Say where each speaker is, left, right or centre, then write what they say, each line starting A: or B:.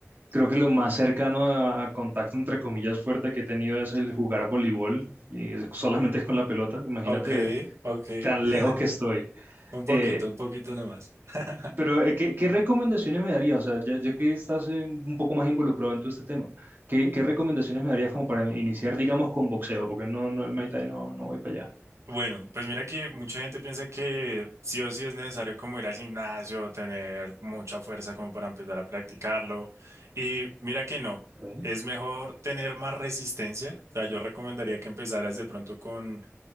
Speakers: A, on the right (about 45°); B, on the right (about 75°).
A: Creo que lo más cercano a, a contacto, entre comillas, fuerte que he tenido es el jugar voleibol, y es- solamente con la pelota, imagínate
B: Ok, ok.
A: tan
B: <laughs>
A: lejos que estoy.
B: Un
A: Eh,
B: poquito, un poquito nomás. <laughs>
A: pero, eh, ¿qué, qué recomendaciones me darías? O sea, ya, ya que estás eh, un poco más involucrado en todo este tema, ¿qué, qué recomendaciones me darías como para iniciar, digamos, con boxeo? Porque no, no, el Muay Thai no, no voy para
B: Bueno, pues mira que mucha gente piensa que sí o sí es necesario como ir al gimnasio, tener mucha fuerza como para empezar a practicarlo. Y mira que no,
A: allá.
B: es mejor tener más resistencia. O sea, yo recomendaría que empezaras de pronto con